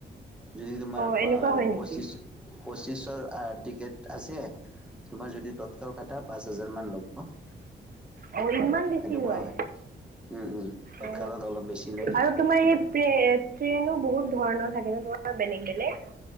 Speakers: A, in the centre; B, on the right (about 50°).
A: যদি তোমাৰ
B: অঁ এনেকুৱা হয় নেকি
A: পঁচিছ পঁচিশৰ টিকেট আছে তোমাৰ যদি তৎকাল কটা পাঁচ হোজাৰমান ল'ব।
B: অহ, ইমান বেছি
A: সেনেকুৱা
B: লই।
A: হয় উম উম তৎকালত
B: অ,
A: অলপ বেছি লয়
B: আৰু তোমাৰ এই প্ৰে ট্ৰেইনো বহুত ধৰণৰ থাকে নহ। অহ, বেলেগ-বেলেগ।